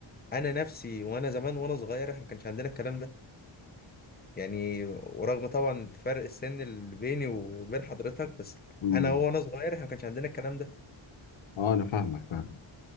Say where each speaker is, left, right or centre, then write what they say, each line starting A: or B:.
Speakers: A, on the left; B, on the left.
A: أنا نفسي وأنا زمان وأنا صغير احنا ما كانش عندنا الكلام ده يعني ورغم طبعا الفرق السن اللي بيني وبين حضرتك بس
B: امم
A: انا هو وانا صغير احنا ما كانش عندنا الكلام ده
B: اه انا فاهمك فاهم